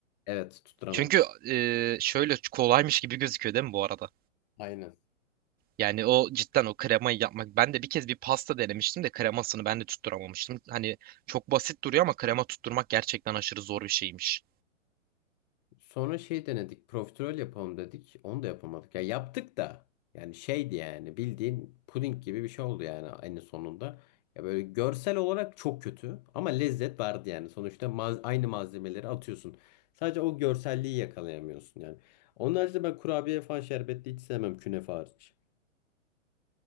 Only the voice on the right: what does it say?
Çünkü e, şöyle kolaymış gibi gözüküyor değil mi bu arada?
Yani o cidden o kremayı yapmak. Ben de bir kez bir pasta denemiştim de kremasını ben de tutturamamıştım. Hani çok basit duruyor ama krema tutturmak gerçekten aşırı zor bir şeymiş.